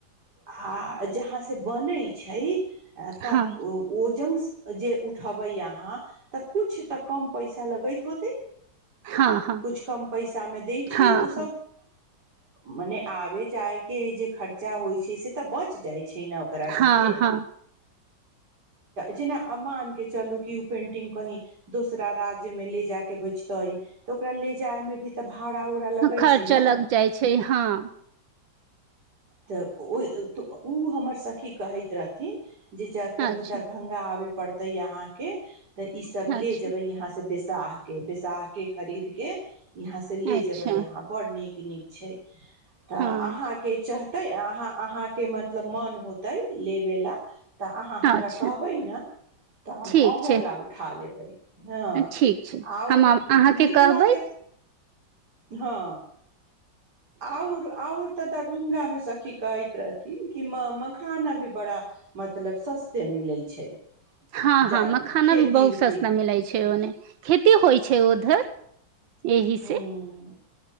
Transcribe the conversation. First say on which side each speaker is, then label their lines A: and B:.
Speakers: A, on the right; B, on the right.
A: हँ जहाँ से बनै छैय अ तब
B: हँ
A: ओजन जे उठबै अहाँ तऽ कुछ तऽ कम पैसा लगैत हो तै
B: हँ हँ
A: कुछ कम पैसामे दै छै
B: हँ
A: ऊ
B: हँ
A: सभ मने आबे जाय के जे खर्चा होई से तऽ बच जाइ छे न ओकरा
B: हँ
A: सबके
B: हँ
A: जेना मानके चलू कि ओ पेन्टिंग कही दोसरा राज्यमे ले जायके बचतै तऽ ओकरा ले जायमे भी तऽ भाड़ा उड़ा लगै
B: खर्चा
A: छै ने
B: लग जाइ छै हाँ
A: तऽ ओहि तऽ उ हमर सखी कहैत रहथिन जे जब कभी
B: अच्छा
A: दरभंगा आबे पड़तै अहाँके तऽ इ सब
B: अच्छा
A: ले जेबे इहाँ से बेसी तऽ अहाँके विसाख के खरीद के यहाँ से ले
B: अच्छा
A: जेबै यहाँ बड़ नीक पिनिक छै तऽ
B: हँ
A: अहाँके कहतै अहाँके मतलब मन होतै लेबे ला तऽ अहाँ हमरा
B: अच्छा
A: कहबै ने तऽ हम
B: ठीक
A: आहों
B: छै
A: ला उठा लेब बै हँ
B: ठीक छै
A: आओर
B: हम अहाँके
A: मिथिलाके
B: कहबै
A: हँ आउर आउर तऽ दर दरभंगा मे सखी कहैत रहथिन कि मखाना अभी बड़ा मतलब सस्ते मिलै छै
B: हाँ हाँ
A: जान
B: मखान
A: खेती
B: अभी बहुत
A: उती
B: सस्ता मिलै छै ओने खेती होइ छै उधर एहि
A: ह्म
B: से